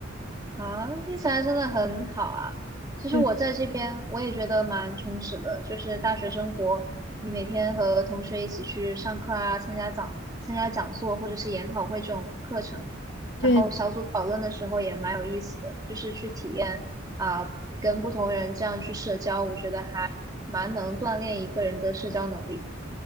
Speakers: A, on the right; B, on the left.
A: 啊，听起来真的很好啊。其实我在这边我也觉得蛮充实的，
B: 对
A: 就是大学生活，你每天和同学一起去上课啊，参加讲参加讲座或者是研讨会这种课程，
B: <laughs> 对
A: 然后小组讨论的时候也蛮有意思的，就是去体验啊，跟不同人这样去社交，我觉得还蛮能锻炼一个人的社交能力的。